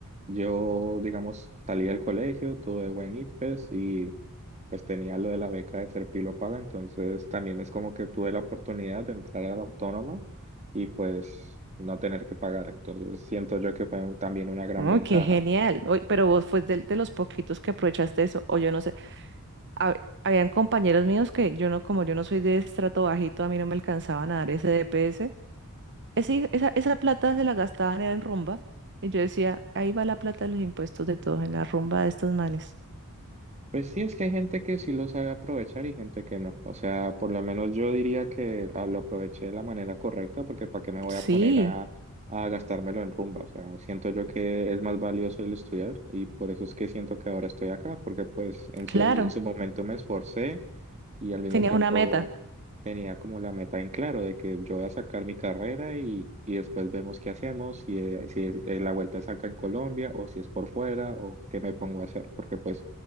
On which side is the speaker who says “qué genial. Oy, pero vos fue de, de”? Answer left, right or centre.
Right